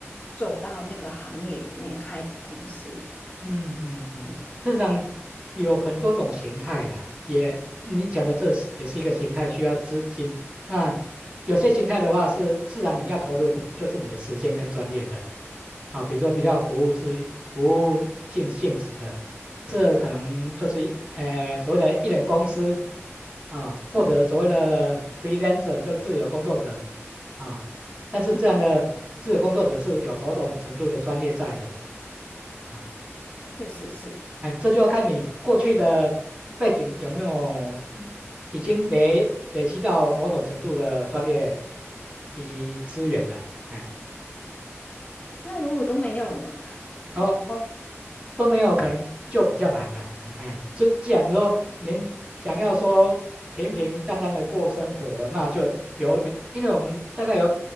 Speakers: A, on the left (about 30°); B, on the right (about 25°).
A: 走到那个行业里面开一个公司。
B: 嗯嗯嗯，
A: 嗯
B: 市场有很多种形态的，也你讲的这是也是一个形态，需要资金。那有些形态的话是自然你要投入的就是你的时间跟专业的啊，比如说比较服务是服务性性质的，这可能就是呃所谓的艺人公司啊，或者所谓的
A: 嗯
B: freelancer 就自由工作者啊，但是这样的自由工作者是有某种程度的专业在的。
A: 嗯，
B: 啊。
A: 确实是。
B: 哎，这就要看你过去的背景有没有嗯已经累累积到某种程度的专业以及资源了。哎，
A: 那如果都没有呢？
B: 哦哦，都没有，可能就比较难了。<laughs> 哎，就既然说您想要说平平淡淡的过生活，那就有，因为我们大概有